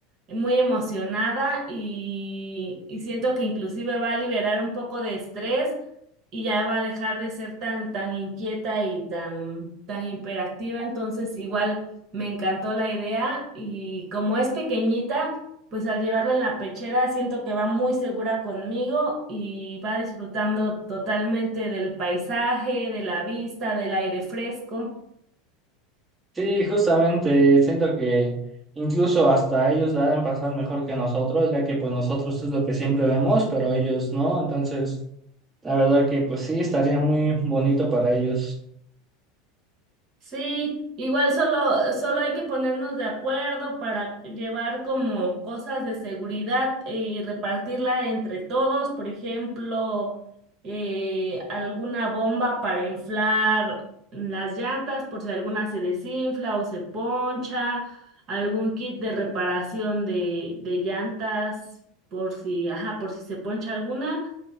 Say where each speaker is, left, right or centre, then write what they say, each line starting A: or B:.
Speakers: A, on the right; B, on the right.
A: muy emocionada y, y siento que inclusive va a liberar un poco de estrés y ya va a dejar de ser tan, tan inquieta y tan, tan hiperactiva. Entonces, igual me encantó la idea y como es pequeñita pues al llevarla en la pechera siento que va muy segura conmigo y va disfrutando totalmente del paisaje, de la vista, del aire fresco.
B: Sí, justamente siento que incluso hasta ellos la deben pasar mejor que nosotros, ya que pues nosotros es lo que siempre vemos, pero ellos no. Entonces... La verdad que pues sí, estaría muy bonito para ellos.
A: Sí, igual solo, solo hay que ponernos de acuerdo para llevar como cosas de seguridad eh, y repartirla entre todos, por ejemplo, eh, alguna bomba para inflar las llantas por si alguna se desinfla o se poncha, algún kit de reparación de, de llantas por si, ajá, por si se poncha alguna